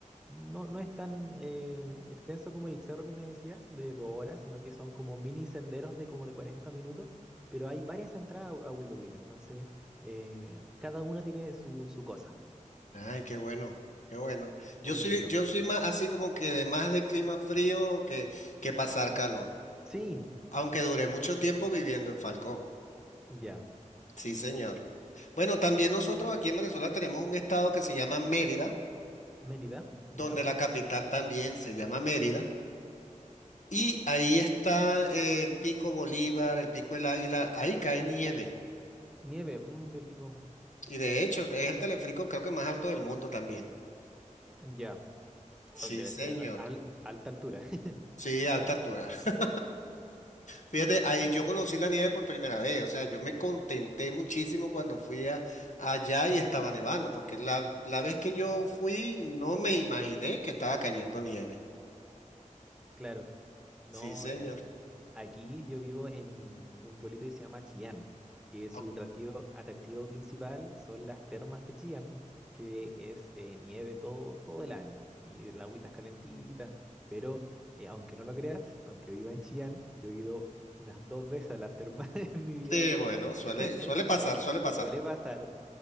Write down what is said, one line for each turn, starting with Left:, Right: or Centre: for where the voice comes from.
Centre: No, no es tan eh, extenso como el cerro que me decías, de dos horas, sino que son como mini senderos de como de 40 minutos, pero hay varias entradas a, a Willow Willow. Entonces, eh, cada una tiene su, su cosa.
Left: Ay, qué bueno, qué bueno.
Centre: Muy
Left: Yo soy,
Centre: lindo.
Left: yo soy más así como que de más de clima frío que, que pasar calor,
Centre: Sí,
Left: aunque duré mucho tiempo viviendo en Falcón.
Centre: ya.
Left: Sí, señor. Bueno, también nosotros aquí en Venezuela tenemos un estado que se llama Mérida,
Centre: Mérida,
Left: donde
Centre: ¿ya?
Left: la capital también se llama Mérida. Y ahí está el Pico Bolívar, el Pico del Águila, ahí cae nieve.
Centre: Nieve, mm, qué rico.
Left: Y de hecho, es el teleférico creo que más alto del mundo también.
Centre: Ya,
Left: Sí,
Centre: ah, debe
Left: señor.
Centre: ser al- alta altura, <laughs>
Left: Sí, alta altura. <laughs> Fíjate, ahí yo conocí la nieve por primera vez. O sea, yo me contenté muchísimo cuando fui a- allá y estaba nevando, porque la, la vez que yo fui no me imaginé que estaba cayendo nieve.
Centre: claro. No,
Left: Sí, señor.
Centre: y ac- aquí yo vivo en un pueblito que se llama Chillán, que su
Left: Ok,
Centre: atractivo, atractivo principal son las termas de Chillán, que es eh, nieve todo, todo el año y la agüita es calentita, pero eh, aunque no lo creas, aunque viva en Chillán, yo he ido unas dos veces a las termas <laughs> en mi vida.
Left: Sí, bueno, suele,
Centre: <laughs>
Left: suele pasar, suele pasar.
Centre: Suele pasar,